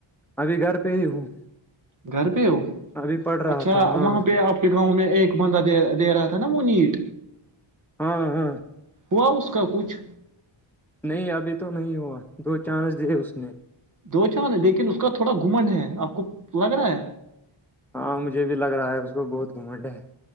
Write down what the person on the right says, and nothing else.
گھر پہ ہو
اچھا
وہاں پہ آپ کے گاؤں میں ایک بندہ د دے رہا تھا نا وہ نیٹ
ہوا اس کا کچھ
دو چان لیکن اس کا تھوڑا گھمن ہے اپ آ کو لگ رہا ہے